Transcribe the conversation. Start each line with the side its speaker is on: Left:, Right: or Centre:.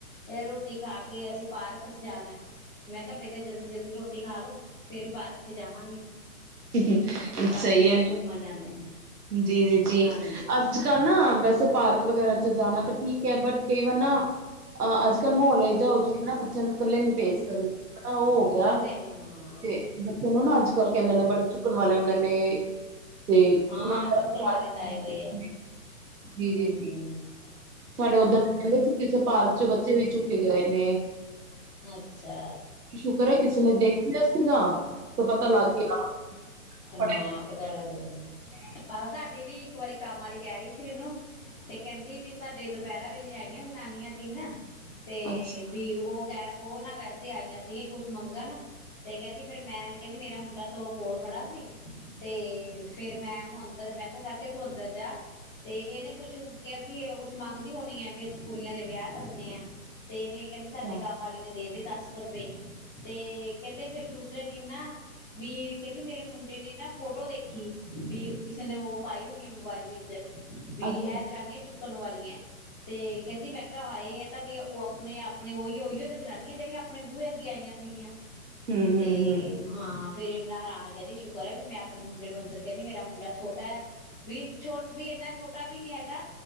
Left: ਇਹ ਰੋਟੀ ਖਾ ਕੇ ਅਸੀਂ ਪਾਰਕ ਚ ਜਾਣਾ ਹੈ ਮੈਂ ਕਿਹਾ ਪਹਿਲੇਾਂ ਜਲਦੀ ਜਲਦੀ ਰੋਟੀ ਖਾ ਲੋ ਫੇਿਰ ਹੀ ਪਾਰਕ ਚ ਜਾਵਾਂਗੇ
Right: ਸਹੀ
Left: ਪਾਰਕ
Right: ਹੈ
Left: ਚ ਘੁੰਮਣ ਜਾਂਦੇ ਆ
Right: ਜੀ ਜੀ ਜੀ
Left: ਹਾਂਜੀ
Right: ਅੱਜ ਕੱਲ ਨਾ ਵੈਸੇ ਪਾਰਕ ਵਗੈਰਾ ਚ ਜਾਣਾ ਤਾਂ ਠੀਕ ਹੈ ਬਟ ਕਈ ਵਾਰ ਨਾ ਅਹ ਅੱਜ ਕੱਲ੍ਹ ਮਾਹੌਲੇ ਜਾ ਹੋ ਜ ਨਾ ਬੱਚਿਆਂ ਨੂੰ ਇਕੱਲੇ ਨੀ ਭੇਜ ਸਕਦੇ ਹਨ ਉਹ ਹੋ ਗਿਆ
Left: ਕੱਲੇ ਨੇ ਹਾਂ
Right: ਤੇ ਬੱਚੇ ਨੂੰ ਨਾ ਅੱਜ ਕੱਲ ਕਹਿੰਦੇ ਨੇ ੁੱਕਣ ਵਾਲੇ ਹੁੰਦੇ ਨੇ ਤੇ
Left: ਹਾਂ
Right: ਉਹਨਾਂ
Left: ਚੁੱਕਣ ਵਾਲੇ ਤਾਂ ਆਏ
Right: ਜੀ
Left: ਹੋਏ ਆ
Right: ਜੀ
Left: ਹਮ
Right: ਜ ਸਾਡੇ ਉੱਧਰ
Left: ਹ
Right: ਕਹਿੰਦੇ ਸੀ ਕਿਸੇ ਪਾਰਕ ਚ ਬੱਚੇ ਵੀ ਚੁੱਕੇ ਗਏ ਨੇ
Left: ਅੱਛਾ
Right: ਸ਼ੁਕਰ ਹੈ ਕਿਸੇ
Left: ਹਮ
Right: ਨੇ ਦੇਖ ਲਿਆ ਸੀਗਾ ਤੇ ਪਤਾ ਲੱਗ ਗਿਆ ਫੜਿਆ
Left: ਹਾਂ ਪਤਾ ਲੱਗੇ ਆਹੋ ਸਾਡੀ ਵੀ ਇੱਕ ਵਾਰੀ ਕੰਮ ਵਾਲੀ ਕਹਿ ਰਹੀ ਸੀ ਮੈਨੂੰ ਤੇ ਕਹਿੰਦੀ ਵੀ ਸਾਡੇ ਦੁਪਹਿਰਾ ਵੇਲੇ ਆਈਆਂ ਜਨਾਨੀਆਂ ਤਿੰਨ ਤੇ
Right: ਅੱਛਾ
Left: ਵੀ ਉਹ ਕ ਉਹ ਨਾ ਵੈਸੇ ਆਈਆਂ ਸੀਗੇ ਕੁਛ ਮੰਗਣ ਤੇ ਕਹਿੰਦੀ ਫੇਿਰ ਮੈਂ ਕਹਿੰਦੀ ਮੇਰਾ ਮੁੰਡਾ ਸਗੋਂ ਕੋਲ ਖੜਾ ਸੀ ਤੇ ਫੇਰ ਮੈਂ ਉਹਨੂੰ ਅੰਦਰ ਮੈਂ ਕਿਹਾਿਆ ਕਰਕੇ ਤੂੰ ਅੰਦਰ ਜਾ ਤੇ ਇਹਨੇ ਕੁਛ ਕਹਿੰਦੀ ਉਹ ਕੁਛ ਮੰਗਦੀ ਹੋਣੀ ਹੈ ਵੀ ਅਸੀਂ ਕੁੜੀਆਂ ਦੇ ਵਿਆਹ ਕਰੇ ਆ ਤੇ ਨੇ ਕਹਿੰਦੀ ਸਾਡੇ
Right: ਅੱਛਾ
Left: ਕੰਮ ਆਲੀ ਨੇ ਦੇ ਤੇ ਦੱਸ ਕੁ ਰੁਪਏ ਤੇ ਕਹਿੰਦੇ ਫੇਿਰ ਦੂਸਰੇ ਦਿਨ ਨਾ ਵੀ ਕਹਿੰਦੀ ਮੇਰੇ ਮੁੰਡੇ ਨੇ ਨਾ ਫੋਟੋ ਦੇਖੀ ਵੀ ਕਿਸੇ ਨੇ ਉਹ ਪਾਈ ਹੋਣੀ ਹੈ ਮੋਬਾਇਲ ਵਿੱਚ ਵੀ
Right: ਅੱਛਾ
Left: ਇਹ ਜਨਾਨੀਆਂ ਚੁੱਕ ਚੱਕਣ ਵਾਲੀਆਂ ਤੇ ਕਹਿੰਦੀ ਮੈਂ ਕਿਹਾ ਹਾਏ ਤਾਂ ਵੀ ਉਹ ਆਪਣੇ ਆਪਣੇ ਉਹੀ ਉਹੀ ਜਨਾਨੀਆਂ ਜਿਹੜੀਆਂ ਆਪਣੇ ਬੂਹੇ ਅੱਗੇ ਆਈਆਂ ਸੀ
Right: ਹੂੰ
Left: ਤੇ
Right: ਹੂੰ ਹੂੰ
Left: ਹਾਂ ਫੇਰ ਇੰਨਾ ਆਰਾਮ ਕਹਿੰਦੀ ਸ਼ੁਕਰ ਹੈ ਵੀ ਮੈਂ ਆਪਣੇ ਮੁੰਡੇ ਨੂੰ ਅੰਦਰ ਕਹਿੰਦੀ ਮੇਰਾ ਮੁੰਡਾ ਛੋਟਾ ਹੈ ਵੀ ਛੋ ਵੀ ਇਨਾ ਛੋਟਾ ਵੀ ਨੀ ਹੈਗਾ